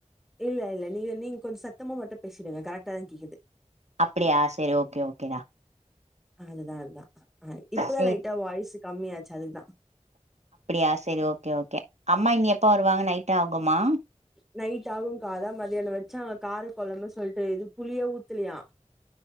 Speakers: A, in the centre; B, on the right.
A: இல்ல இல்ல நீங்க நீங்க கொஞ்ச சத்தமா மட்டு பேசிடுங்க கரெக்டா தா கேக்குுது
B: அப்டியா சரி ஓகே ஓகே டா
A: அதுதா அதுதா ஆ இப்பதா
B: சேரி
A: லைட்டா வாய்ஸ் கம்மியாச்சு அதுக்தா
B: ப்டியா சரி ஓகே ஓகே அம்மா இங்க எப்ப வருவாங்க நைட்டாகுமா
A: நைட் ஆகு காதா மதியான வச்சாங்க கார கொழம்பன்னு சொல்ட்டு இது புளியே ஊத்துலியா